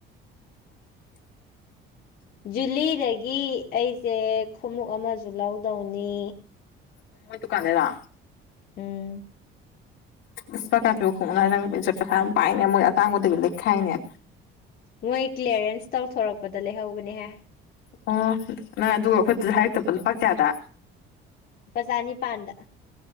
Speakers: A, on the left; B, on the left.
A: <inaudible>
B: ꯖꯤꯂꯤꯗꯒꯤ ꯑꯩꯖꯦ ꯈꯨꯃꯨꯛ ꯑꯃꯖꯨ ꯂꯧꯗꯧꯅꯤ
A: ꯎꯝ ꯃꯣꯏ ꯗꯨꯀꯥꯟꯗꯩꯔꯥ
B: ꯎꯝ
A: <unintelligible>
B: ꯃꯣꯏ ꯀ꯭ꯂꯤꯌꯥꯔꯦꯟꯁ ꯇꯧꯊꯣꯔꯛꯄꯗ ꯂꯩꯍꯧꯕꯅꯦꯍꯦ
A: ꯑꯣ ꯅꯪ ꯑꯗꯨꯒ ꯑꯈꯣꯏꯗꯖꯨ ꯍꯥꯏꯔꯛꯇꯕ ꯂꯨꯄꯥ ꯀꯌꯥꯗ
B: ꯂꯨꯄꯥ ꯆꯥꯅꯤꯄꯥꯟꯗ